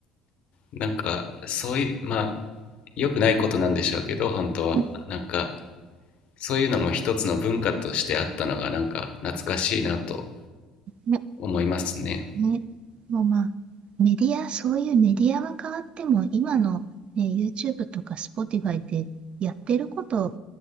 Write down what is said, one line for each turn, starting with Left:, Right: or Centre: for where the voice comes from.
Left: なんか、そういう、まあ、良くないことなんでしょうけど、本当は。
Right: うん
Left: なんか、そういうのも一つの文化としてあったのが、なんか、懐かしいなと
Right: ね、
Left: 思いますね。
Right: ね、もうまあ、メディア、そういうメディアは変わっても、今の、ね、YouTube とか Spotify ってやってること